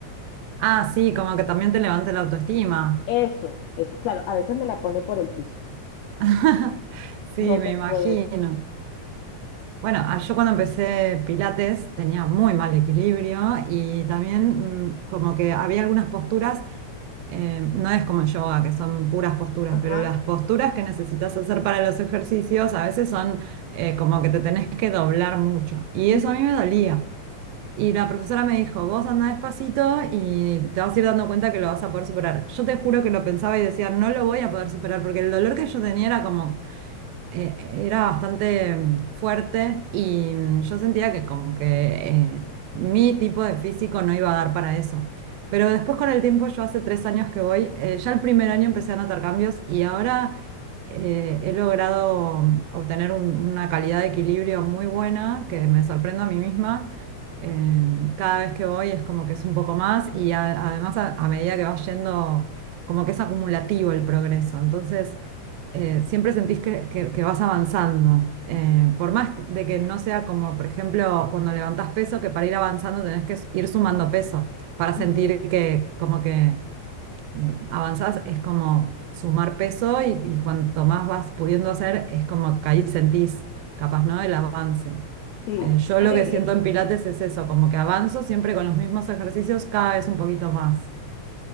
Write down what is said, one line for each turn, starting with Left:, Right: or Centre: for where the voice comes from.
Right: Ah, sí, como que también te levante la autoestima.
Left: Eso, eso. Claro, a veces me la pone por el piso.
Right: <laughs> Sí,
Left: No
Right: me
Left: te
Right: imagino.
Left: lo voy a
Right: Bueno, ah, yo cuando empecé Pilates tenía muy mal equilibrio y también mm, como que había algunas posturas, eh, no es como el yoga, que son puras posturas,
Left: Ajá.
Right: pero las posturas que necesitas hacer para los ejercicios a veces son eh, como que te tenés que doblar mucho. Y
Left: ujú,
Right: eso a mí me dolía. Y la profesora me dijo, vos anda despacito y te vas a ir dando cuenta que lo vas a poder superar. Yo te juro que lo pensaba y decía, no lo voy a poder superar, porque el dolor que yo tenía era como, eh, era bastante mm, fuerte y mm, yo sentía que como que eh, mi tipo de físico no iba a dar para eso. Pero después con el tiempo, yo hace tres años que voy, eh, ya el primer año empecé a notar cambios y ahora eh, he logrado mm, obtener un- una calidad de equilibrio muy buena, que me sorprendo a mí misma em, cada vez que voy es como que es un poco más y a- además a, a medida que vas yendo, como que es acumulativo el progreso. Entonces, eh, siempre sentís que, que- que vas avanzando. Eh, por más de que no sea como, por ejemplo, cuando levantás peso, que para ir avanzando tenés que ir sumando peso para sentir
Left: ujú,
Right: que como que avanzás, es como sumar peso y, y cuanto más vas pudiendo hacer, es como que ahí sentís, capaz, ¿no? El avance.
Left: sí.
Right: Eh, yo
Left: Pero,
Right: lo que
Left: y,
Right: siento en Pilates es eso, como que avanzo siempre con los mismos ejercicios cada vez un poquito más.